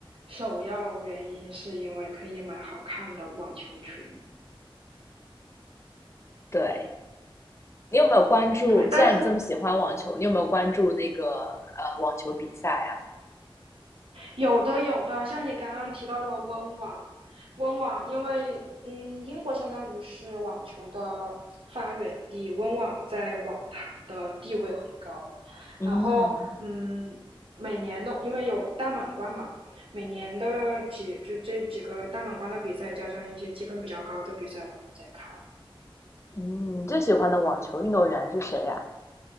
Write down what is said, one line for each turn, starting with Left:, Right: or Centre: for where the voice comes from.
Right: 首要原因是因为可以买好看的网球裙。
Left: 对，你有没有关注？
Right: 对，
Left: 既然你这么喜欢网球，
Right: 但是
Left: 你有没有关注那个呃网球比赛呀、
Right: 有的，有的，像你刚刚提到的温网，温网，因为嗯，英国相当于是网球的发源地，温网在网坛的地位很高。
Left: 嗯
Right: 然后，嗯，每年的因为有大满贯嘛，每年的几就这几个大满贯的比赛，加上一些积分比较高的比赛，我都在看。
Left: 嗯，你最喜欢的网球运动员是谁呀？